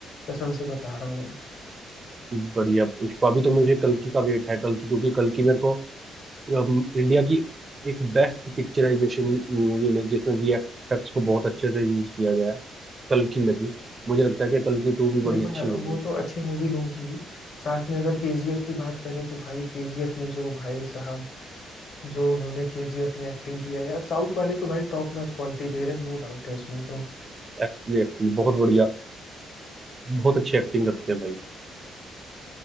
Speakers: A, on the left; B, on the right.
A: कसम से बता रहा हूँ यार
B: बढ़िया पुष्पा भी तो मुझे कल्कि का वेट है कल्कि क्योंकि कल्कि मेरे को अम, इंडिया की एक बेस्ट पिक्चराइजेशन मूवी में जिसमें वीएफएक्स को बहुत अच्छे से यूज किया गया है कल्कि लगी मुझे लगता है कि कल्कि टू भी बड़ी
A: देखो
B: अच्छी
A: यार
B: होगी
A: वो तो अच्छी मूवी होगी साथ में अगर केजीएफ की बात करें तो भाई केजीएफ में जो भाई साहब जो उन्होंने केजीएफ में एक्टिंग किया यार साउथ वाले तो भाई टॉप नॉच क्वालिटी दे रहे हैं नो डाउट है उसमें तो
B: एक्चुअली एक्चुअली बहुत बढ़िया बहुत अच्छी एक्टिंग करते हैं भाई